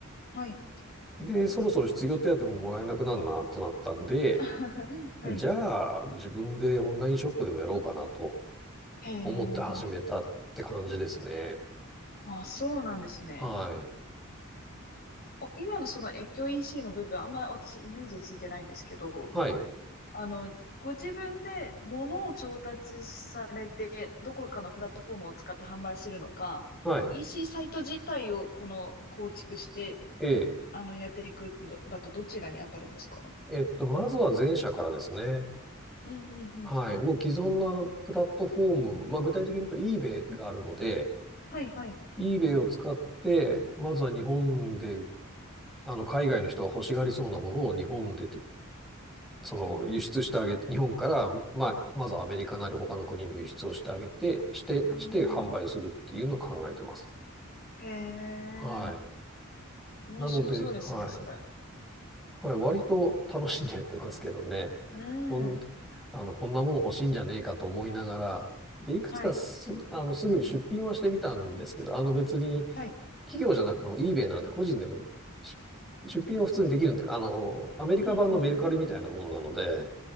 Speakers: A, on the left; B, in the centre.
A: はい。
B: で、そろそろ失業手当ももらえなくなるなとなったんで、
A: <laughs> はい。
B: じゃあ、自分でオンラインショップでもやろうかなと
A: へえ。
B: 思って始めたって感じですね。
A: あ、そうなんですね。
B: はい。
A: お今のその越境 EC の部分、あんまり私イメージついてないんですけど、
B: はい。
A: あの、ご自分で物を調達されて、どこかのプラットフォームを使って販売するのか、
B: はい。
A: EC サイト自体をこの構築して、
B: ええ。
A: あの、やっていくのだとどちらに当たるんですか
B: えっと、まずは前者からですね。
A: うんうんうん。
B: はい。もう既存なプラットフォーム、まあ具体的に言うと eBay があるので、
A: はいはい。
B: eBay を使って、まずは日本で、あの、海外の人が欲しがりそうなものを日本でて、その、輸出してあげて、日本から、まあ、まずはアメリカなり他の国に輸出をしてあげて、して、
A: うー
B: して販売をするっていうのを考えてます。
A: ん。へえ。
B: はい。
A: 面白そうですね、
B: なので、はい。
A: それ。
B: はい、割と楽しんでやってますけどね。
A: う
B: こん、
A: ん。
B: あの、こんなもん欲しいんじゃねえかと思いながら、で、いくつかす、
A: はい。
B: あの、すぐに出品はしてみたんですけど、あの別に
A: はい。
B: 企業じゃなくても eBay なんで個人でもし出品は普通にできるんで、あの、アメリカ版のメルカリみたいなもんなので、
A: うんう